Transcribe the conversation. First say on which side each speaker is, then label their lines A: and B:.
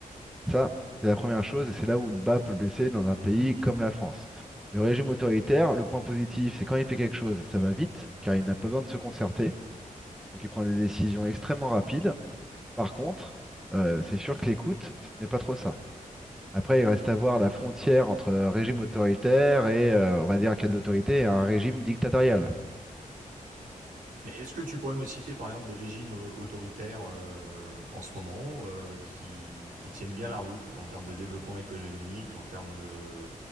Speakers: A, in the centre; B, on the right (about 85°).
A: Ça, c'est la première chose et c'est là où le bas peut blesser dans un pays
B: Mhm,
A: comme la France. Le régime autoritaire, le point
B: mhm.
A: positif, c'est quand il fait quelque chose, ça va vite, car il n'a pas besoin de se concerter. Donc il prend des décisions extrêmement rapides. Par contre, euh, c'est sûr que l'écoute, ce n'est pas trop ça. Après, il reste à voir la frontière entre régime autoritaire et, euh, on va dire, quelle autorité, et un régime dictatorial.
B: Mais est-ce que tu pourrais me citer par exemple des régimes euh, autoritaires euh, en ce moment euh, qui, qui tiennent bien la route en termes de développement économique, en termes de